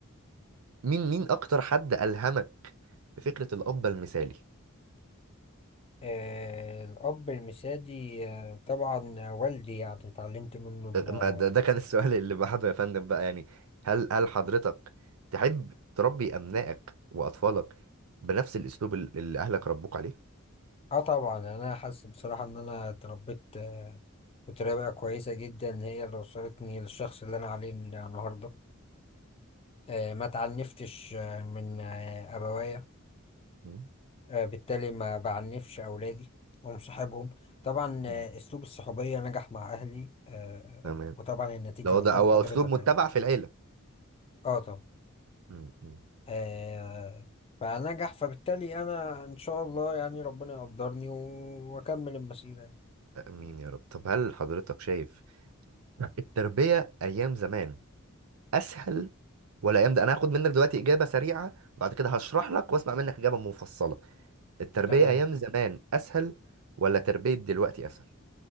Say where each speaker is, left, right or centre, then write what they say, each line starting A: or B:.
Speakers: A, on the right; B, on the left.
A: مين مين اكتر حد ألهمك بفكرة الأب المثالي
B: آه الأب المثالي آه طبعا والدي يعني اتعلمت منه ال-
A: ما ده, ده كان السؤال اللي بعده يا فندم بقى يعني هل هل حضرتك تحب تربي أبنائك وأطفالك بنفس الأسلوب ال- اللي أهلك ربوك عليه؟
B: اه طبعا أنا حاسس بصراحة إن أنا اتربيت آه بطريقة كويسة جدا هي اللي وصلتني للشخص اللي أنا عليه النهاردة آه ما تعنفتش آه من آه أبوايا
A: م-م.
B: آه بالتالي ما بعنفش أولادي ومصاحبهم طبعا
A: م.
B: آه أسلوب الصحوبية نجح مع أهلي آه
A: تمام
B: وطبعا النتيجة
A: ده هو
B: قدام
A: ده هو
B: حضرتك
A: اسلوب متبع
B: أهي
A: في العيله
B: اه طبعا
A: م- م.
B: آه فنجح فبالتالي انا ان شاء الله يعني ربنا يقدرني و- واكمل المسيرة
A: امين يا رب طب هل حضرتك شايف التربية ايام زمان اسهل ولا ايام ده انا هاخد منك دلوقتي اجابة سريعة بعد كده هشرح لك واسمع منك اجابة مفصلة التربية
B: تمام
A: ايام زمان اسهل ولا تربية دلوقتي اسهل